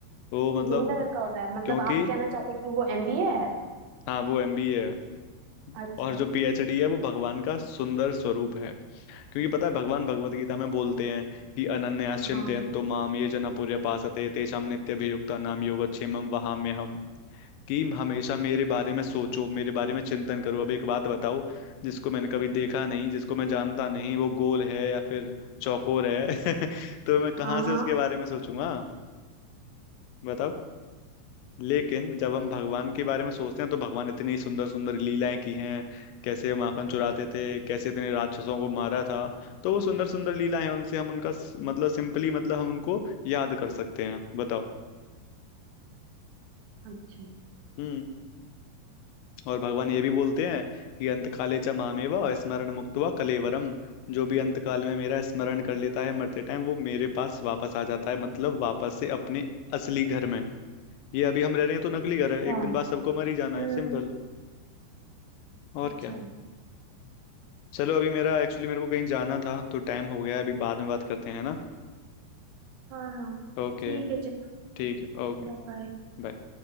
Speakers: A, on the left; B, on the right.
A: वो मतलब
B: लो लेवल का होता है मतलब
A: क्योंकि
B: आप कहना चाहते हैं कि वो एमबीए है
A: हाँ वो एमबीए है
B: अच्छा
A: और जो पीएचडी है वो भगवान का सुंदर स्वरूप है क्योंकि पता है भगवान भगवत गीता में बोलते हैं कि अनन्याश्चिंतयन्तो
B: हाँ
A: माम ये जना पर्यपासते तेषां नित्यभियुक्ता नाम योगक्षेमं वहाम्यहम् कि हमेशा मेरे बारे में सोचो मेरे बारे में चिंतन करो अब एक बात बताओ जिसको मैंने कभी देखा नहीं जिसको मैं जानता नहीं वो गोल है या फिर चौकोर है <laughs> तो मैं कहाँ
B: हाँ
A: से
B: हाँ
A: उसके बारे में सोचूंगा बताओ लेकिन जब हम भगवान के बारे में सोचते हैं तो भगवान इतनी सुंदर सुंदर लीलाएं की हैं कैसे माखन चुराते थे कैसे इतने राक्षसों को मारा था तो वो सुंदर सुंदर लीलाएं हैं उनसे हम उनका स- मतलब सिंपली मतलब हम उनको याद कर सकते हैं बताओ
B: अच्छा
A: हम्म और भगवान ये भी बोलते हैं कि अंतकाले च मामेव स्मरण मुक्त्वा कलेवरम जो भी अंतकाल में मेरा स्मरण कर लेता है मरते टाइम वो मेरे पास वापस आ जाता है मतलब वापस से अपने असली घर में ये अभी हम रह रहे हैं तो नकली घर है
B: हाँ
A: एक दिन बाद सबको मर ही जाना
B: हम्म
A: है सिंपल और
B: अच्छा
A: क्या चलो अभी मेरा एक्चुअली मेरे को कहीं जाना था तो टाइम हो गया है, अभी बाद में बात करते हैं ना
B: हाँ हाँ
A: ओके
B: ठीक है चलो
A: ठीक है ओके
B: Bye bye
A: बाय।